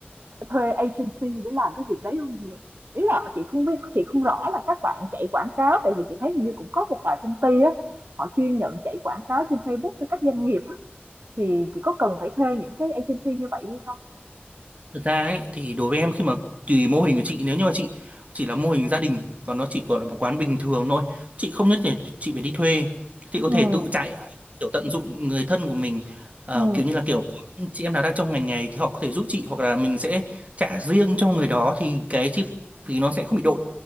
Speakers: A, on the right; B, on the right.
A: thuê agency để làm cái việc đấy không ý là chị không biết chị không rõ là các bạn chạy quảng cáo tại vì chị thấy hình như cũng có một vài công ty á họ chuyên nhận chạy quảng cáo trên Facebook cho các doanh nghiệp á thì chị có cần phải thuê những cái agency như vậy hay không
B: Thực ra ấy, thì đối với em khi mà tùy mô hình của chị nếu như mà chị chỉ là mô hình gia đình và nó chỉ gọi là một quán bình thường thôi chị không nhất thiết chị phải đi thuê chị có
A: ừ
B: thể tự chạy hoặc kiểu tận dụng người thân của mình Ờ,
A: ừ
B: kiểu như là kiểu những chị em nào đang trong ngành này thì họ có thể giúp chị hoặc là mình sẽ trả riêng cho người đó thì cái chi phí nó sẽ không bị độn